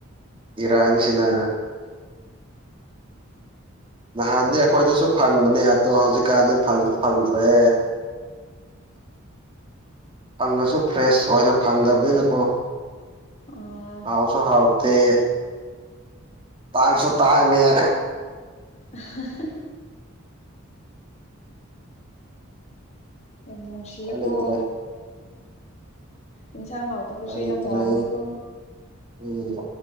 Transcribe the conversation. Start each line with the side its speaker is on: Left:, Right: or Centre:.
Right: ꯏꯔꯥꯡꯁꯤꯅ ꯅꯍꯥꯟꯗꯤ ꯑꯩꯈꯣꯏꯗꯁꯨ ꯐꯪꯕꯅꯦ ꯑꯗꯣ ꯍꯧꯖꯤꯛꯀꯥꯟꯗꯤ ꯐꯪꯁꯨ ꯐꯪꯗ꯭ꯔꯦ ꯐꯪꯉꯁꯨ ꯐ꯭ꯔꯦꯁ ꯑꯣꯏꯅ ꯐꯪꯗꯕꯅꯤꯅꯀꯣ
Left: ꯑꯥ
Right: ꯍꯥꯎꯁꯨ ꯍꯥꯎꯠꯇꯦ ꯇꯥꯡꯁꯨ ꯇꯥꯡꯉꯦ
Left: ꯑ ꯌꯥꯝ ꯅꯨꯡꯁꯤꯌꯦꯀꯣ
Right: ꯎꯄꯥꯏ ꯂꯩꯇ꯭ꯔꯦ
Left: ꯑꯗꯨ ꯁꯥꯡ ꯕꯨꯁꯨ
Right: ꯎꯄꯥꯏ ꯂꯩꯇ꯭ꯔꯦ
Left: ꯌꯥꯝꯃꯨꯕꯅꯤꯀꯣ
Right: ꯎꯝ